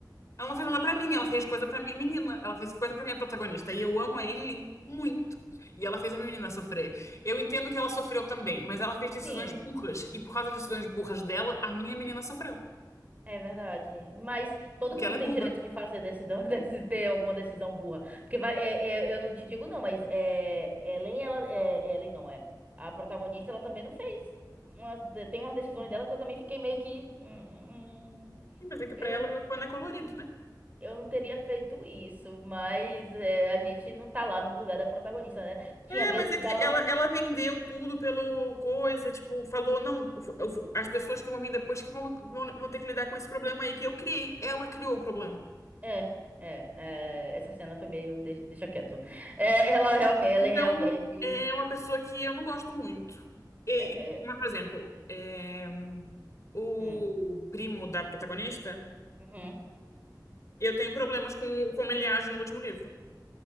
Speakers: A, on the left; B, on the right.
A: Ela não fez nada pra mim, ela fez coisa pra minha menina. Ela fez coisa pra minha protagonista. E eu amo a Aileen muito. E ela fez a minha menina sofrer. Eu entendo que ela sofreu também, mas ela fez decisões
B: Sim,
A: burras. E por causa das decisões burras dela, a minha menina sofreu.
B: é verdade. Mas todo
A: Porque
B: mundo
A: ela
B: tem
A: é burra.
B: direito de fazer decisão, <laughs> de ter alguma decisão burra. Porque vai, é- é- eu não te digo não, mas é, Ellen, ela, é, Ellen não é. A protagonista, ela também não fez. umas de- tem umas decisões dela que eu também fiquei meio que. "Hum,
A: Sim, Mas é que pra
B: eu
A: ela
B: não,
A: meu pano é colorido, né?
B: eu não teria feito isso, mas é, a gente não tá lá no lugar da protagonista, né? Tinha
A: É,
B: vezes
A: mas é
B: que
A: que
B: dava.
A: ela, ela vendeu tudo pelo coisa, tipo, falou, não, o o as pessoas que vão vir depois que vão, lu- vão, vão ter que lidar com esse problema aí que eu criei. Ela criou o problema.
B: É, é, é, essa cena foi meio. Deixa, deixa quieto. É, ela realmente,
A: Então,
B: ela é realmente.
A: é uma pessoa que eu não gosto muito. E-
B: É,
A: e-
B: é,
A: mas, por exemplo, é, o
B: hum,
A: primo da protagonista,
B: uhum,
A: eu tenho problemas com como ele age no último livro.